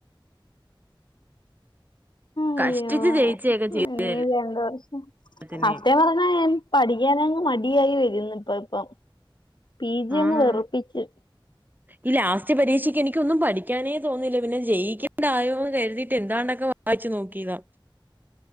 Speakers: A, on the left (about 60°); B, on the right (about 20°).
A: അയ്യോ
B: കഷ്ടിച്ച് ജയിച്ചൊക്കെ ചെയ്തു
A: ഇനീ രണ്ട് വർഷം
B: എല്ലാത്തിനെയും.
A: സത്യം പറഞ്ഞാ ഞാൻ പഠിക്കാനങ്ങ് മട് ആയി വരുന്നു ഇപ്പ ഇപ്പം പീജിയങ്ങ്
B: ആണ്.
A: വെറുപ്പിച്ച്
B: ഈ ലാസ്റ്റ് പരീക്ഷക്ക് എനിക്കൊന്നും പഠിക്കാനേ തോന്നിയില്ല പിന്നെ ജയിക്കെണ്ടായോന്ന് കരുതിട്ട് എന്താണ്ടൊക്കെ വായിച്ചു നോക്കീതാ.